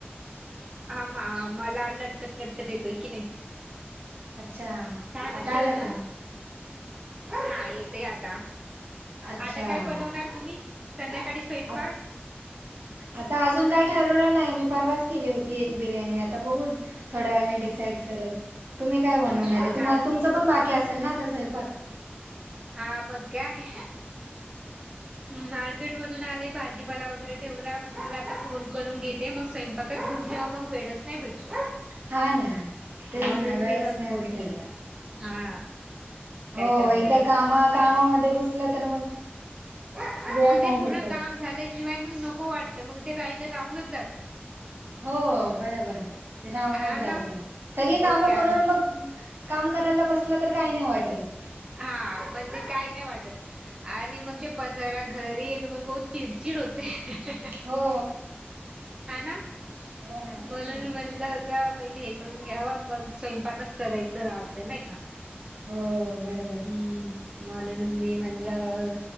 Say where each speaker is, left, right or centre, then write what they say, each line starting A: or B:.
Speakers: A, on the right (about 20°); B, on the right (about 60°).
A: हा मा- मला लटकत लटकत येतोय की नाही.
B: अच्छा
A: काय म्हणते
B: आता आला
A: अजून
B: का
A: हा येते आता.
B: अच्छा
A: आता काय बनवणार तुम्ही संध्याकाळी स्वयंपाक?
B: आ आता अजून काय ठरवलं नाही मी परवाच केली होती एक बिर्याणी आता बघून. थोड्या वेळने डिसाईड करल तुम्ही काय बनवणार
A: हा
B: तुमचं पण बाकी असेल ना आता स्वयंपाक.
A: हा मग काय, मार्केट मधून आले भाजीपाला वगैरे ठेवला मला आता फोन करून घेते मग स्वयंपाकातन जेव्हा मग वेळच नाही भेटत.
B: हा ना तेच
A: म्हणून
B: ना वेळच
A: मी मग
B: नाही
A: फोन
B: भेटत
A: केला. हा. त्याच्यामुळे
B: हो एकदा काम कामामध्ये घुसलं तर मग,
A: मग
B: वेळ नाही
A: ते पूर्ण
B: भेटत
A: काम झाल्याशिवाय मग नको वाटतं मग ते राहिलं राहूनच जातं.
B: हो बरोबर! ते राहूनच
A: हा ना
B: जात सगळी
A: मग
B: कामं
A: काय
B: करून मग काम करायला बसलं तर काही नाही वाटत.
A: हा म्हणजे काही नाही वाटत. आणि मग ते पसारा घरी येन मग बहुत चिडचिड होते.
B: हो.
A: हा ना
B: हो ना
A: म्हणून
B: तेच ना
A: म्हणलं का पहिले हे करून घ्यावा बग स्वयंपाकच करायचं राहत नाही का!
B: हो बरबर!
A: हम्, म्हणून मी म्हणलं,